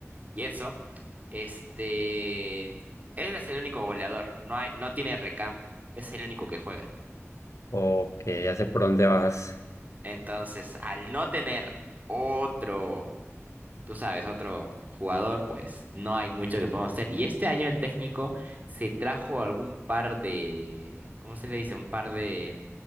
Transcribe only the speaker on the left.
Ok, ya sé por dónde vas.